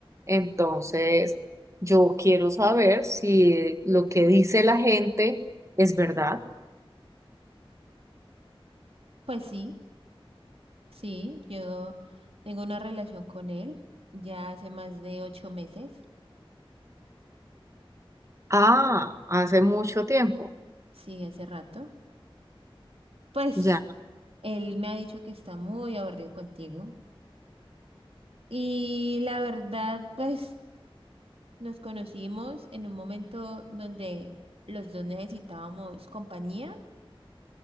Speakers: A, on the right (about 30°); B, on the right (about 80°).
A: Entonces, yo quiero saber si lo que dice la gente es verdad.
B: Pues sí, sí, yo tengo una relación con él ya hace más de ocho meses.
A: Ah, hace mucho tiempo,
B: Sí, hace rato. Pues
A: ya.
B: él me ha dicho que está muy aburrido contigo. Y la verdad, pues... Nos conocimos en un momento donde los dos necesitábamos compañía